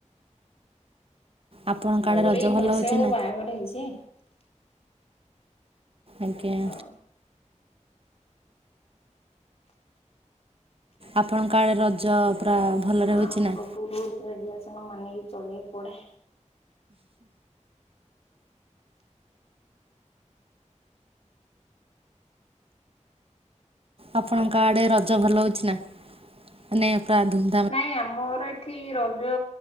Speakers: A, on the right (about 50°); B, on the left (about 55°).
A: ଆପଣଙ୍କ
B: ମୋର
A: ଆଡ଼େ ରଜ
B: ଏଇ
A: ଭଲ
B: ବର୍ଷେ
A: ହେଉଛି
B: ହବ
A: ନା
B: ବାହାଘର ହେଇଛି।
A: ଆଜ୍ଞା।
B: ତ
A: ଆପଣଙ୍କ ଆଡ଼େ ରଜ ପୁରା ଭଲରେ ହୋଇଛି
B: ଆଉ
A: ନା।
B: ସବୁ ରୁଲ ରେଗୁଲସନ୍ ମାନକି ଚଳିବାକୁ ପଡେ।
A: ଆପଣଙ୍କ ଆଡେ ରଜ ଭଲ ହଉଛି ନା ମାନେ ପୁରା ଧୁମ୍
B: ନାଇଁ ଆମର ଏ ଏଠି ରଜ